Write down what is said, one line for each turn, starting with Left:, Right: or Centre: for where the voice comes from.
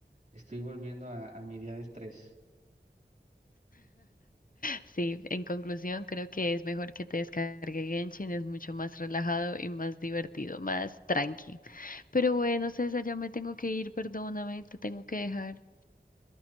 Right: estoy volviendo a, a mi día de estrés.
Left: Sí, en conclusión, creo que es mejor que te descargue Genshin, es mucho más relajado y más divertido, más tranqui. Pero bueno, César, ya me tengo que ir, perdóname, te tengo que dejar.